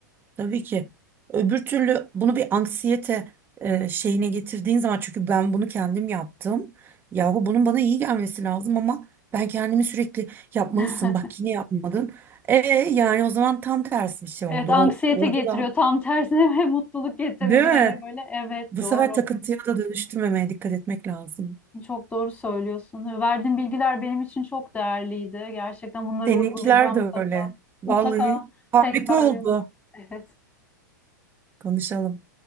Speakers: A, on the right (about 20°); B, on the left (about 15°).
A: Tabii ki. Öbür türlü bunu bir anksiyete e, şeyine getirdiğin zaman çünkü ben bunu kendim yaptım. Yahu bunun bana iyi gelmesi lazım ama ben kendimi sürekli yapmalısın.
B: <laughs>
A: Bak yine yapmadın. E yani o zaman tam tersi bir şey
B: Evet,
A: oldu.
B: anksiyete
A: O orada
B: getiriyor.
A: da
B: Tam tersine <laughs> ve mutluluk getireceğine
A: değil mi?
B: böyle. Evet,
A: Bu
B: doğru.
A: sefer takıntıya da dönüştürmemeye dikkat etmek lazım.
B: Çok doğru söylüyorsun. Verdiğin bilgiler benim için çok değerliydi. Gerçekten bunları
A: Seninkiler
B: uygulayacağım
A: de
B: mutlaka.
A: öyle. Vallahi
B: Mutlaka
A: harika
B: tekrarlayalım.
A: oldu.
B: Evet.
A: Konuşalım.